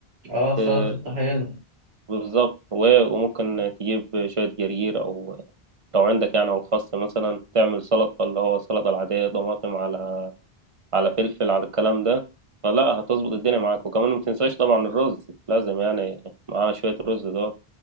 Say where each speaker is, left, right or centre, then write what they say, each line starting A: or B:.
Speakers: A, on the right; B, on the right.
A: اه سلطه
B: آه،
A: الطحينه
B: بالظبط و- وممكن تجيب شويه جرجير او لو عندك يعني او خس مثلا تعمل سلطه اللي هو السلطه العاديه طماطم على على فلفل على الكلام ده فلا هتظبط الدنيا معاك وكمان ما تنساش طبعا الرز لازم يعني معاه شوية رز ده